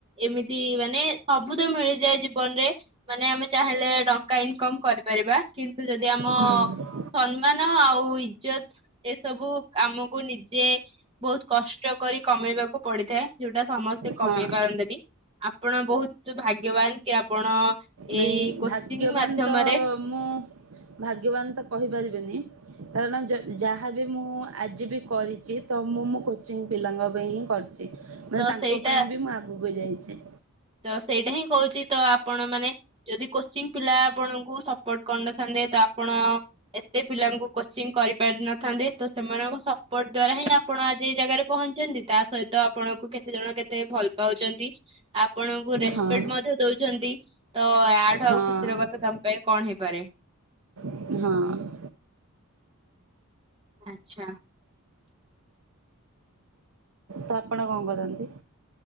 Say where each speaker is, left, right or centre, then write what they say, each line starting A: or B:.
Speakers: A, on the right; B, on the right.
A: ଏମିତି ମାନେ ସବୁ ତ ମିଳିଯାଏ ଜୀବନରେ। ମାନେ ଆମେ ଚାହିଁଲେ ଟଙ୍କା ଇନକମ୍ କରିପାରିବା। କିନ୍ତୁ ଯଦି ଆମ
B: ହୁଁ।
A: ସମ୍ମାନ ଆଉ ଇଜ୍ଜତ ଏସବୁ ଆମକୁ ନିଜେ ବହୁତ କଷ୍ଟ କରି କମେଇବାକୁ ପଡିଥାଏ। ଯୋଉଟା ସମସ୍ତେ କମେଇ
B: ହଁ।
A: ପାରନ୍ତିନି ଆପଣ ବହୁତ ଭାଗ୍ୟବାନ କି ଆପଣ
B: ନାଇଁ
A: ଏଇ କୋଚିଂ
B: ଭାଗ୍ୟବାନ
A: ମାଧ୍ୟମରେ
B: ତ ମୁଁ ଭାଗ୍ୟବାନ ତ କହିପାରିବିନି। କାରଣ ଯ ଯାହା ବି ମୁଁ ଆଜି ବି କରିଚି ତ ମୁଁ ମୁଁ କୋଚିଂ ପିଲାଙ୍କ ପାଇଁ ହିଁ କରିଚି। ମାନେ
A: ତ
B: ତାଙ୍କ
A: ସେଇଟା
B: ପାଇଁ ବି ମୁଁ ଆଗକୁ ଯାଇଚି।
A: ତ ସେଇଟା ହିଁ କହୁଚି ତ ଆପଣମାନେ ଯଦି କୋଚିଂ ପିଲା ଆପଣଙ୍କୁ ସପୋର୍ଟ କରିନଥାନ୍ତେ ତ ଆପଣ ଏତେ ପିଲାଙ୍କୁ କୋଚିଂ କରିପାରିନଥାନ୍ତେ ତ ସେମାନଙ୍କ ସପୋର୍ଟ ଦ୍ୱାରା ହିଁ ଆ ଆପଣ ଆଜି ଏଇ ଜାଗାରେ ପହଞ୍ଚିଚନ୍ତି ତା ସହିତ ଆପଣଙ୍କୁ କେତେ ଜଣ କେତେ ଭଲ ପାଉଚନ୍ତି। ଆପଣଙ୍କୁ ରେସପେକ୍ଟ
B: ହଁ
A: ମଧ୍ୟ ଦଉଛନ୍ତି ତ ୟା ଠୁ
B: ହଁ
A: ଆଉ ଖୁସିର କଥା ତ ଆ ପାଇଁ କଣ ହେଇପାରେ।
B: ହଁ।
A: ଆଚ୍ଛା।
B: ତ ଆପଣ କଣ କରନ୍ତି?